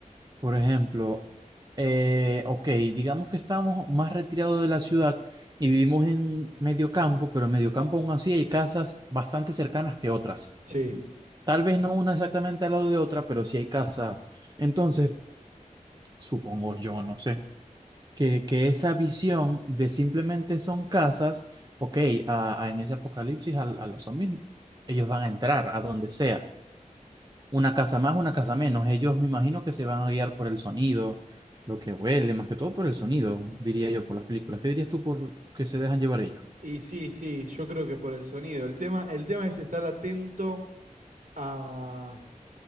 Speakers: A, on the right (about 30°); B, on the right (about 70°).
A: Por ejemplo, eh, ok, digamos que estamos más retirados de la ciudad y vivimos en medio campo, pero en medio campo aún así hay casas bastante cercanas que otras.
B: Sí.
A: Tal vez no una exactamente al lado de otra, pero sí hay casas. Entonces, supongo yo, no sé, que, que esa visión de simplemente son casas, ok, a, a- en ese apocalipsis a, a los zombies, ellos van a entrar a donde sea. Una casa más, una casa menos. Ellos me imagino que se van a guiar por el sonido, lo que huele, más que todo por el sonido, diría yo, por las películas. ¿Qué dirías tú por que se dejan llevar ellos?
B: Y sí, sí, yo creo que por el sonido. El tema, el tema es estar atento a,